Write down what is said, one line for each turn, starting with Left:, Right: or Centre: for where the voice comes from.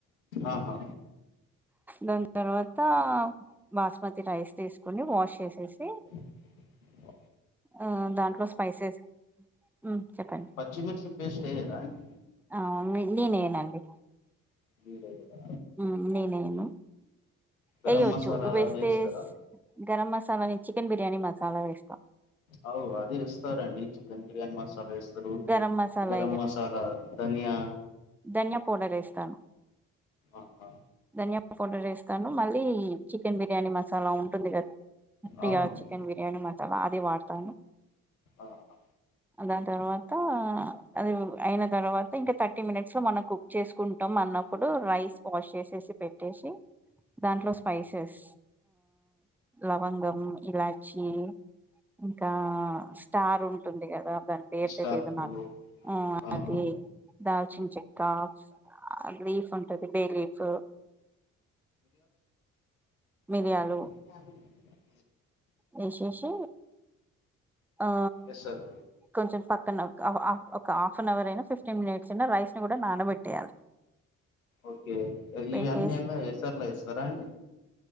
Left: ఆహా
Centre: దాని తర్వాత బాస్మతి రైస్ తీసుకోని వాష్ చేసేసి
Left: <inaudible>
Centre: ఆ దాంట్లో స్పైసెస్ హు చెప్పండి
Left: పచ్చిమిర్చి పేస్ట్ వేయరా అండి
Centre: ఆ నేను వేయనండి
Left: మీరు వెయ్యరా
Centre: ఉ నేను వేయను
Left: గరం
Centre: వేయ్యొచ్చు
Left: మసాలా
Centre: వేస్తే
Left: వేస్తారా
Centre: గరం మసాలాని చికెన్ బిర్యానీ మసాలా వేస్తాం
Left: అవు అదే ఎస్తారండి చికెన్ బిర్యానీ మసాలా వేస్తారు
Centre: గరం మసాలా
Left: గరం మసాలా ధనియా
Centre: ధానియా పౌడర్ వేస్తాను
Left: ఆహా
Centre: ధనియా పౌడర్ వేస్తాను మళ్ళీ చికెన్ బిర్యానీ మసాలా ఉంటుంది కదా ప్రియా
Left: అవునండి
Centre: చికెన్ బిర్యానీ మసాలా అది వాడతాను
Left: ఆహా
Centre: దాని తర్వాత అది అయిన తర్వాత ఇంకా థర్టీ మినిట్స్ లో మనకు చేసుకుంటాం అన్నప్పుడు రైస్ వాష్ చేసేసి పెట్టేసి దాంట్లో స్పైసెస్ లవంగం ఇలాచి ఇంకా స్టార్ ఉంటుంది కదా దాని పేరు
Left: స్టార్
Centre: తెలియదు
Left: పువ్వు
Centre: నాకు ఆ
Left: ఆహా
Centre: ఆది దాల్చిన చెక్క ఆ లీఫ్ ఉంటది బే లీఫ్ మిరియాలు
Left: అ
Centre: వేసేసి ఆ
Left: ఎస్ సార్
Centre: కొంచెం పక్కన ఒక హాఫ్ అన్ అవర్ అయినా ఫిఫ్టీన్ మినిట్స్ అయినా రైస్ ని కూడా నానబెట్టేయాలి
Left: ఓకే
Centre: పెట్టేసి
Left: ఇవన్నీ ఎలా ఎస్ఆర్లో వేస్తారా అండి